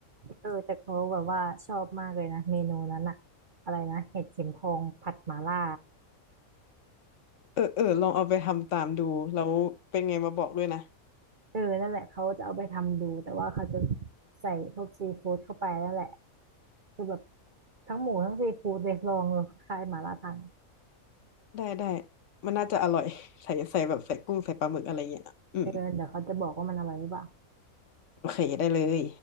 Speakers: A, on the right (about 45°); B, on the left (about 60°).
A: เออแต่เขาแบบว่าชอบมากเลยนะเมนูนั้นอะอะไรนะเห็ดเข็มทองผัดหม่าล่า
B: เออเออลองเอาไปทำตามดูแล้วเป็นไงมาบอกด้วยนะ
A: เออนั่นแหละเขาจะเอาไปทำดูแต่ว่าเขาจะใส่พวกซีฟู้ดเข้าไปนั่นแหละคือแบบทั้งหมูทั้งซีฟู้ดเลยลองเลยคล้ายๆหม่าล่าทัง
B: ได้ได้มันน่าจะอร่อยใส่ใส่แบบใส่กุ้งใส่ปลาหมึกอะไรเงี้ยอืม
A: เออเดี๋ยวเขาจะบอกว่ามันอร่อยหรือเปล่า
B: โอเคได้เลย